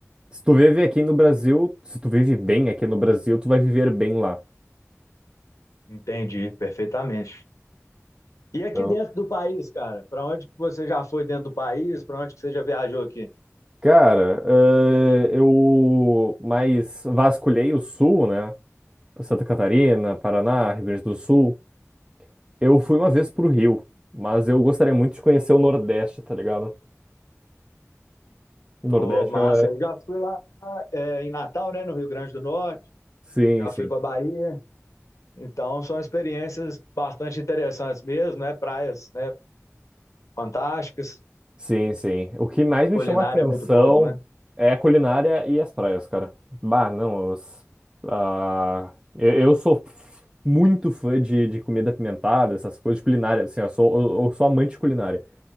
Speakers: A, on the right; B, on the left.
A: Se tu vive aqui no Brasil, se tu vive bem aqui no Brasil, tu vai viver bem lá.
B: Entendi, perfeitamente. E aqui
A: Então,
B: dentro do país, cara, para onde que você já foi dentro do país? Para onde que você já viajou aqui?
A: cara, eh, eu mais vasculhei o sul, né? Santa Catarina, Paraná, Rio Grande do Sul. Eu fui uma vez pro Rio, mas eu gostaria muito de conhecer o Nordeste, tá ligado? O Nordeste
B: Pô, massa,
A: é...
B: eu já fui lá é, em Natal, né, no Rio Grande do Norte,
A: Sim,
B: já
A: sim.
B: fui para Bahia, Então, são experiências bastante interessantes mesmo, né? Praias, né? Fantásticas,
A: Sim, sim. O que mais me
B: culinária
A: chama atenção
B: muito boa também.
A: é a culinária e as praias, cara. Bah, não, os- ah, eu, eu sou f- muito fã de, de comida apimentada, essas coisas de culinária, assim, eu sou, eu, eu sou amante de culinária.